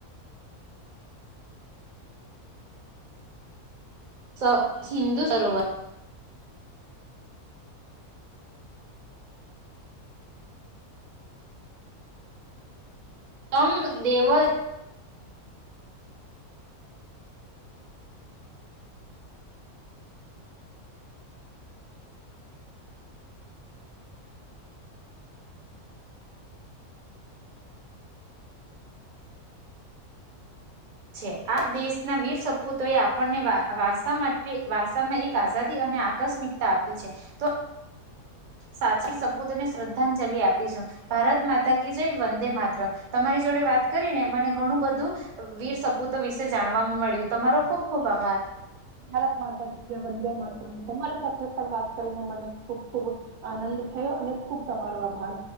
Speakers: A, on the right; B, on the right.
A: સ સિંધુ સરોવર તમ દેવ છે આ દેશના વીર સપૂતો એ આપણને વા વારસા માટે વારસામાં એક આઝાદી અને આ કસ્મિકતા આપી છે તો સાચી સપૂતને શ્રદ્ધાંજલિ આપીશું. ભારત માતા કી જય વંદે માતરમ્ તમારી જોડે વાત કરીને મને ઘણું બધું વીર સપૂતો વિશે જાણવા મળ્યું તમારો ખુબ ખુબ આભાર.
B: ભારત માતા જય વંદે માતરમ્ તમારી સાથે પણ વાત કરીને મને ખૂબ ખૂબ આનંદ થયો અને ખૂબ તમારો આભાર.